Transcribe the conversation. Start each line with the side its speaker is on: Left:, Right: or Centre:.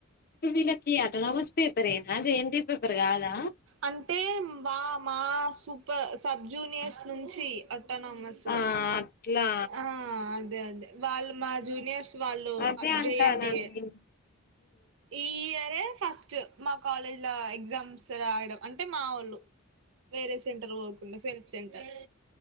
Left: ఇప్పుడు వీలకి అటనమస్ పేపర్ ఏనా J N T U paper గాదా
Right: అంటే మా మా సూప సబ్ జూనియర్స్ నుంచి అటనమస్
Left: ఆ
Right: ఏ
Left: అట్లా
Right: ఆ అదే అదే వాళ్లు మా జూనియర్స్ వాళ్ళు
Left: అదే
Right: అ
Left: అంటాను
Right: జేఎన్టి ఏ
Left: నేను
Right: ఈ ఇయర్ అతే ఫస్ట్ మా కాలేజ్ ల ఎగ్జామ్స్ రాయడం అంటే మా ఓళ్ళు వేరే సెంటర్ పొకుండ సెల్ఫ్ సెంటర్